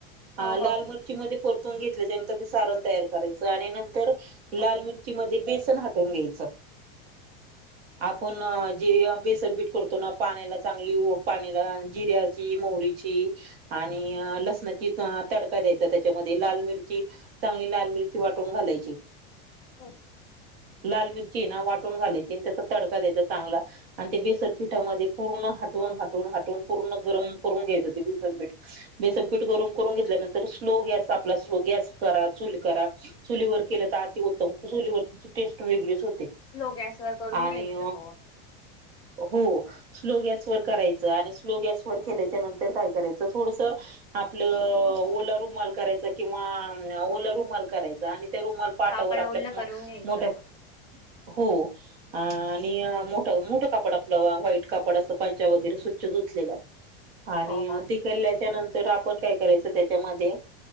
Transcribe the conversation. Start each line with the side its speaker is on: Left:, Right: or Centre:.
Right: हा
Left: हो
Right: लाल
Left: हो हो
Right: मरची मध्ये परतून घेतल्याच्या नंतर ते सारण तयार करायचं आणि नंतर लाल
Left: हो
Right: मिर ची मध्ये बेसन हाटून घ्यायच आपण आ जे बेसनपीठ करतो ना पाण्याला चांगली ऊ पानीला जिऱ्या मिरची मोहरीची, आणि अ लसणाची तडका द्यायचा त्या त्याच्या मध्ये लाल मिरची, चांगली लाल मिरची वाटून घालायची
Left: <inaudible>
Right: लाल मिरची ना वाटून घालायची, आणि त्याचा तडका द्यायचा चांगला आणि ते बेसनपिठामध्ये पूर्ण हटवून,
Left: हो
Right: हटून, हटून पूर्ण गरम करून घ्यायचं ते बेसनपीठ बेसनपीठ गरम करून
Left: हो
Right: घेतल्या नंतर स्लो गॅस आपला, स्लो गॅस करा, चूल करा चुलीवर केलं त अति उत्तम चुलीवरची टेस्ट वेगळीच होते
Left: स्लो गॅसवर करून
Right: आणि
Left: घ्यायचं तो
Right: हो स्लो गॅस वर
Left: असं
Right: करायचं, आणि स्लो गॅसवर केल्याच्या नंतर काय करायचं थोडस आपलं
Left: अच्छा.
Right: ओला रूमाल करायचा, किंवा ओल रू माल करायचा आणि त्या रुमाल पाटावर
Left: कापड
Right: आपल्या
Left: ओलं करून
Right: मं
Left: घ्यायचं
Right: मोठ्या
Left: बघ.
Right: हो अ आणि
Left: हो
Right: मोठ, मोठ कापड आप ल व्हाईट कापड अस पंचा वगैरे स्वच्छ धुतलेल आणि
Left: हो
Right: ते ल्ल्याच्या नंतर आपण काय करायचं त्याच्यामध्ये